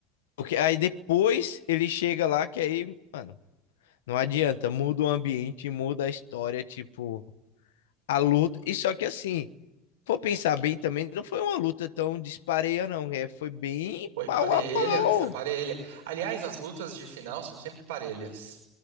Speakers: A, on the left; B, on the right.
A: Porque aí depois ele chega lá, que aí, mano, não adianta. Muda o ambiente, muda a história, tipo, a luta. E só que assim, for pensar bem também, não foi uma luta tão dispareia, não. É, foi bem
B: Foi
A: pau
B: parelha,
A: a pau.
B: foi parelha. Aliás, as lutas de final são sempre parelhas.